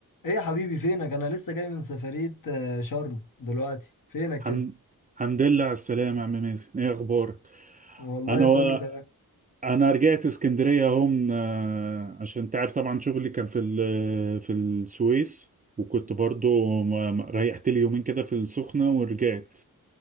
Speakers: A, on the left; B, on the right.
A: ايه يا حبيبي فينك انا لسه جاي من سفرية آه، شرم دلوقتي فينك
B: الحمد
A: كده
B: الحمد لله على السلامة يا عم مازن ايه اخبارك
A: والله
B: انا و...
A: كله تمام
B: انا رجعت اسكندرية اهو من- آه، عشان تعرف طبعا شغلي كان في ال... في السويس وكنت برضو ما... ما- ريحت لي يومين كده في السخنة ورجعت